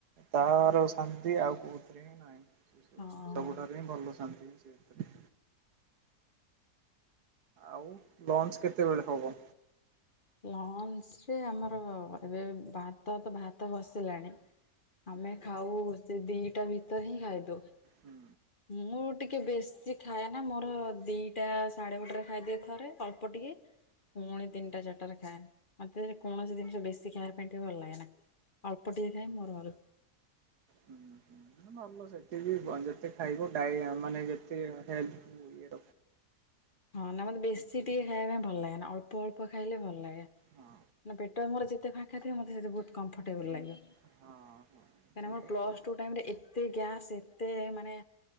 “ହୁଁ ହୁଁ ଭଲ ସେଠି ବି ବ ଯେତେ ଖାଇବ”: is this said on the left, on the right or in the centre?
Right